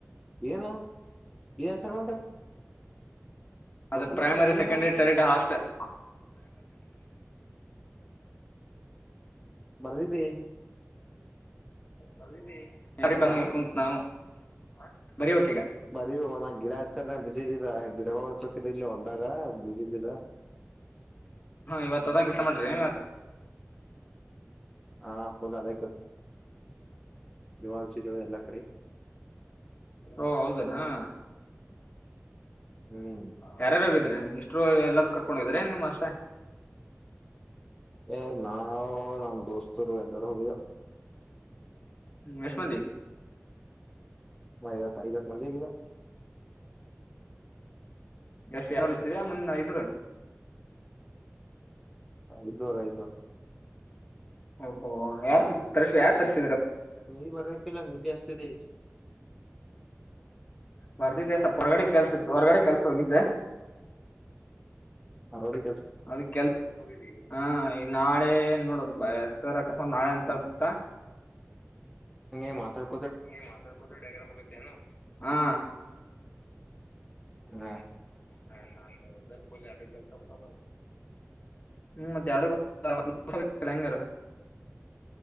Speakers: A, in the centre; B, on the left.
A: ಏನು ಈ ಹೆಸರ್ಮಂಟ
B: ಅ
A: ಗೊತ್ತಿಲ್ಲಪ್ಪಾ
B: ಪ್ರೈಮರಿ
A: ಏನ್ದ
B: ಸೆಕಂಡೈಮರಿಟೆಟರಿ
A: ಬರ್ದಿದ್ದಿ
B: ಬರ್ದಿದಿ ಯಾರ ಕದ
A: ಹಾ
B: ಕುಂು ನವು ಹಾ ಬರಿಬೇಕೀಗ
A: ಬರೀ ನಾ ಗಿಡ ಹಚ್ಚಾರ ಬಿಸಿದ ಗಿಡಗಳು ಹಚ್ಚೋತಿದ ಇಲ್ಲಿ ಹೊಲ್ದಾಗ ಬಿಸಿದ
B: ಇವತ್ತದ ಕೆಲ್ಸ ಮಾಡ್ರಿ <inaudible>
A: ಹಾ ಫುಲ್ ಅದ ಹಚ್ಚಿದೇವು ಎಲ್ಲಾ ಕಡೆ
B: ಓ ಹೌದನಾ <unintelligible> <inaudible>
A: ಹ್ಮ್
B: ಯಾರಾರು ಹೋಗಿದ್ರಿ ಇಷ್ಟರು ಎಲ್ಲಾರೂ ಕರ್ಕೊಂಡಿದ್ರ ನಿಮ್ಮ್ ಅಷ್ಟೆ
A: ಏ ನಾವವು ನಮ ದೋಸ್ತರು ಎಲ್ಲರೂ ಹೋಗ
B: ಯಶು ಮಂದಿ
A: ಐದತ್ತು ಐದತ್ತು ಒಂದೆ ಹೇಗಿದ
B: ಯರಿ ಎಷ್ಟ ಇರ್ತೀರಾ ಮುನ್ನ ಐದುರು
A: ಐದನೂರು ಐದನೂರು
B: ಓಹೋ ಯಾರ್ ತರಸೇರ ಯಾರ ತರಸೇರ
A: ಮತ್ತ ನೀರ್ ಬರತಿಲ್ಲ ನೀದ ಅಷ್ಟ ತಡಿ
B: ಮರ್ದಿದ್ದೆ ಸ್ವಲ್ಪ ಹೊರಗಡೆ ಕೆಲಸ್ ಇತ್ತು ಹೊರ್ಗಡೆ ಕೆಲಸ ಹೋಗಿದ್ದೆ
A: ಹಲೋ ರಿ
B: ಅದ ಕೆಲಸ ಹ ನಾಳೆ ನೋಡ ಹೆಸರು ಅಕಸ್ಮತ ನಾಳೆ ಎಂತ ಅನಸುತ್ತಾ
A: ಹಂಗೆ ಮಾತಾಡ್
B: ಏ ಮಾತಾಡ ಕೋತ ಡೈಗ್ರಾಮತನ ಹ
A: ಹ್ಮ
B: ಹ ಹ ಹ ಪ ಹ್ಮ ಮತ್ತೆ ಎರಡು ಕೇಳಂಗರ